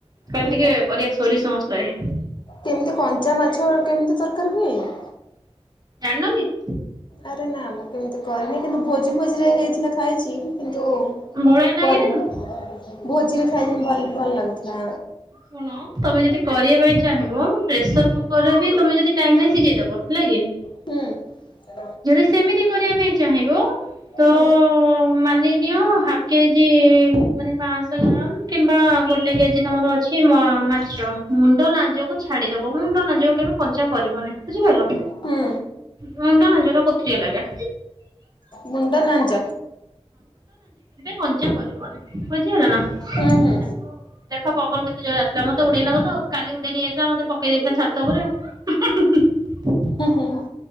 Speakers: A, on the right; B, on the left.
A: କାଲି
B: ହୁଁ
A: ଟିକେ କରିବା ସୋରିଷ ମସଲାରେ।
B: କେମିତି କଞ୍ଚା ମାଛ କେମିତି ତରକାରୀ ହୁଏ?
A: ଜାଣିନକି?
B: ଆରେ ନା ମୁଁ କେମିତି କରିନି କିନ୍ତୁ ଭୋଜି ଭୋଜିରେ ହେଇଥିଲା ଖାଇଛି, କିନ୍ତୁ
A: ବଢିଆ ଲାଗେନି
B: କରିନି।
A: ନା
B: ଭୋଜିରେ ଖାଇବିନି ଭଲ ଭଲ ଲାଗୁଥିଲା।
A: କଣ ତମେ ଯଦି କରିବା ପାଇଁ ଚାହିଁବ ପ୍ରେସର କୁକର ରେ ବି ତମେ ଯଦି ଟାଇମ୍ ନାଇଁ ସିଜେଇଦବ ହେଲା କି?
B: ହୁଁ।
A: ଯଦି ସେମିତି କରିବା ପାଇଁ ଚାହିଁବ ତ
B: ହୁଁ।
A: ମାନିନିଅ ହାଫ୍ କେଜି ମାନେ ପାଆଶହ ଗ୍ରାମ କିମ୍ବା ଗୋଟେ କେଜି ତମର ଅଛି ମ ମାଛ ମୁଣ୍ଡ, ଲାଞ୍ଜ ଛାଡିଦବ ମୁଣ୍ଡ ଲାଞ୍ଜ କୁ କଞ୍ଚା କରିବନି ବୁଝିପାରିଲ
B: ହୁଁ
A: ମୁଣ୍ଡ ଲାଞ୍ଜକୁ ଲ ତାମୁଣ୍ଡବେ
B: ମୁଣ୍ଡ ନାଞ୍ଜ
A: କ <unintelligible> କରିବନି ବୁଝିଗଲା ନା
B: ହୁଁ ହୁଁ
A: ତାକୁ ଦେଖ ପବନ କେତେ ଜୋର ଆସୁ ସେ ମତେ ଉଡେଇ ନବ ତ କାଲି ଉଡେଇ ନେଇଯାଇଥିଲା ମତେ ପକେଇ ଦେଇାଇଥିଲା ଛାତ ଉପରେ ଆଉ ହୁଁ ହୁଁ ହୁଁ।
B: ହୁଁ ହୁଁ।